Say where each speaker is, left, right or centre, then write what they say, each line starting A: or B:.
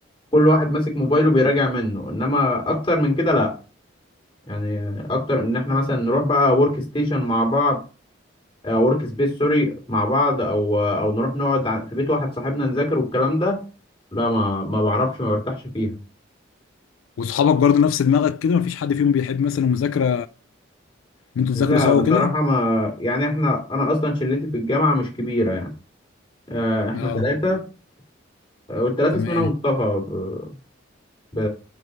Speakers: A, on the left; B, on the left.
A: كل واحد ماسك موبايله بيراجع منه انما اكتر من كده لا يعني آه، اكتر ان احنا مثلا نروح بقى ورك ستيشن مع بعض ورك سبيس سوري مع بعض او آه، او نروح نقعد ع- في بيت واحد صاحبنا نذاكر والكلام ده لا ما ما بعرفش ما برتاحش فيها
B: وصحابك برضه نفس دماغك كده مفيش حد فيهم بيحب مثلا المذاكره ان انتوا
A: لا
B: تذاكروا سوا
A: بصراحة
B: وكده
A: ما يعني احنا انا اصلا شلتي في الجامعة مش كبيرة يعني آه، احنا
B: اه
A: ثلاثة والثلاثة
B: تمام
A: اسمنا مصطفى آه، ب...